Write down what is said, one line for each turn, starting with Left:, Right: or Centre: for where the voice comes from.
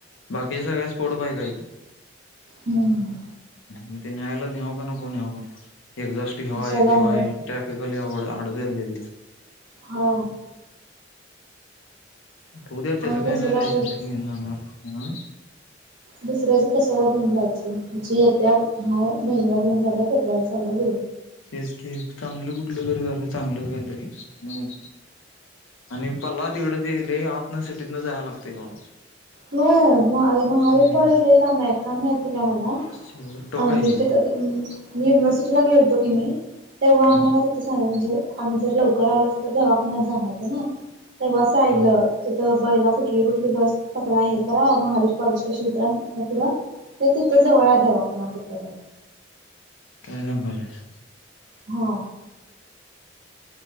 Left: बाकीच्या सगळ्या स्पोर्ट बाईक हाईत.
Right: हम्म.
Left: म ते न्यायला नेऊ का नको नेऊ का नको. <unintelligible>
Right: कशाला उगाच
Left: ट्रॅफिक वाले <unintelligible> लगेच.
Right: हा
Left: होवू द्या त्याचं
Right: आणि
Left: काय
Right: कशाला
Left: नाही लायसन
Right: उगाच
Left: तेन. मार खाणार.
Right: दुसऱ्याच कशाला घेऊन जायचं. जे येत्या हाय बहिणीला घेऊन चालाय पेपरला चालाय
Left: तेच की चांगलं कुठलं तरी झालं चांगलंच काहीतरी हं आणि पल्ला तिकडं ते ते आतन सिटीतंन जाया लागतंय बाबा.
Right: होय. महावी महावीर
Left: हम्म
Right: कॉलेज लय लांब आहे, काय माहित ते काय मला
Left: शेवट टोक
Right: आम्ही
Left: आहे त्यो
Right: तिथ गे अं मी युनिव्हर्सिटीला गेलतो की नाही तेव्हा आम्हाला
Left: हं
Right: तिथं सांगाय म्हणजे आम्ही जर लवकर आलो असतो तर दवाखान्यात जाणार होतो ना तेव्हा सांगितलं
Left: हा
Right: तिथं पहिला कुठली कुठली बस पकडा हे करा महावीर कॉलेज पाशी उतरा आणि तिथनं पुढं त्या तिथं जवळ आहे दवाखाना कुठला तर?
Left: काय सांगाल्यास?
Right: हा